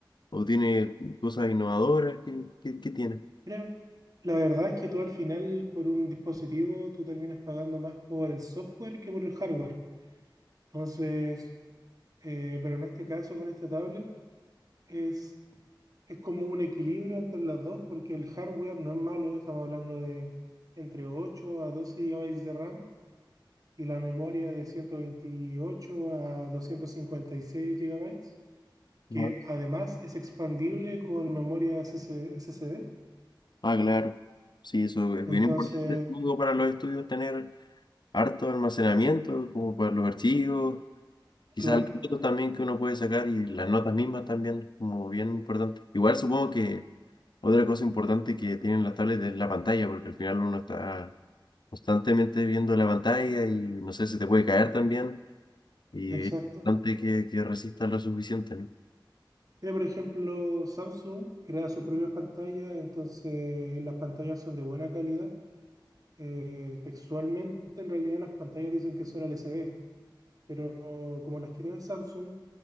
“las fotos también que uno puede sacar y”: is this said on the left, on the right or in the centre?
Left